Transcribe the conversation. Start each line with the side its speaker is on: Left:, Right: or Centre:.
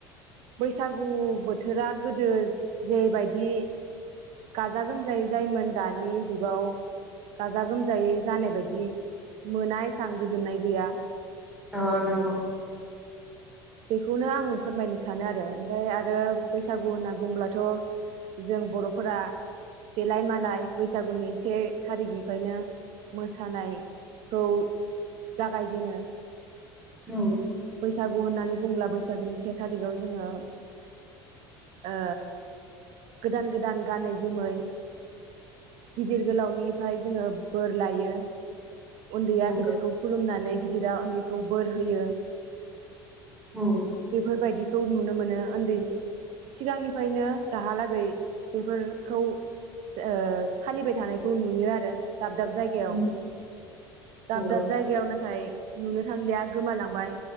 Right: बैसागु बोथोरा गोदो जेबायदि गाजा गोमजायै जायोमोन दानि जुगाव गाजा गोमजायै जानाय बायदि मोनासां गोजोननाय गैया
Centre: औ नंगौ
Right: बेखौनो आं फोरमायनो सानो आरो ओमफफ्राय आरो बैसागु होनना बुंङोब्लाथ' जों बर'फोरा देलाय मालाय बैसागुनि से थारिखनिफ्रायनो मोसानायखौ जागायजेनो
Centre: औ
Right: बैसागु होननानै बुंब्ला बैसागोनि से थारिखाव जोङो ओ गोदान गोदान गानै जोमै गिदिर गोलावनिफ्राय जोङो बोर लायो उन्दैया
Centre: नंगौ
Right: गिदिरखौ खुलुमनानै गिदिरा उन्दैखौ बोर होयो
Centre: उम
Right: बेफोरबायदि खौ नुनो मोनो उन्दै सिगांनिफ्रायनो दाहालागै बेफोरखौ जाफालिबाय थानायखौ नुयो आरो दाब दाब जायगायाव
Centre: उम
Right: दाब
Centre: नंगौ
Right: दाब जायगायाव नाथाय नुनो थांलिया गोमालांबाय